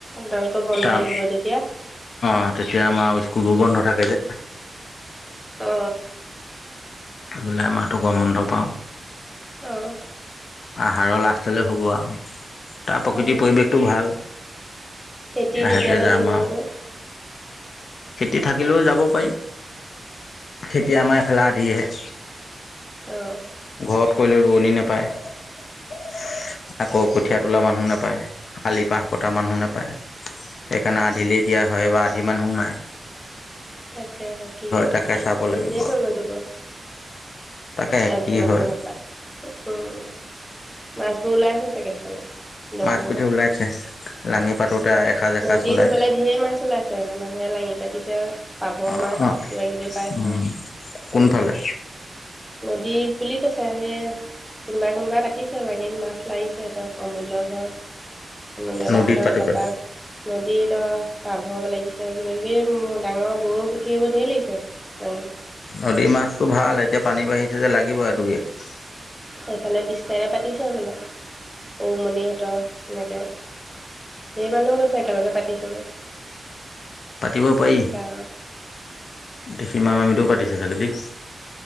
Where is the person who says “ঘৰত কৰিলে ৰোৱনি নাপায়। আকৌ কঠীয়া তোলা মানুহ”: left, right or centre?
Left